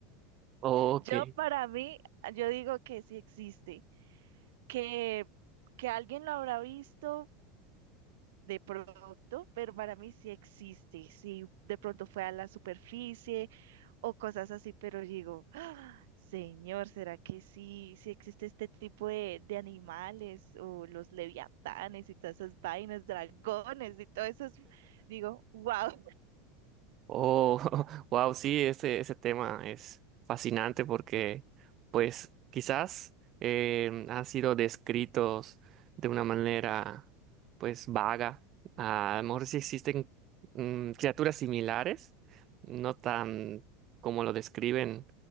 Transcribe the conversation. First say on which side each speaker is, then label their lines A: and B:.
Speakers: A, on the right (about 40°); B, on the right (about 80°).
A: Ok.
B: Yo para mí, yo digo que sí existe, que que alguien lo habrá visto, de pronto, pero para mí sí existe. Sí, de pronto fue a la superficie o cosas así, pero digo, "Ah, señor, ¿será que sí, sí existe este tipo de, de animales o los leviatanes y todas esas vainas, dragones y todo eso? Digo, wow.
A: Oh, <laughs> wow, sí, ese, ese tema es fascinante porque, pues, quizás eh, han sido descritos de una manera, pues, vaga. Ah, a lo mejor sí existen mm, criaturas similares, no tan como lo describen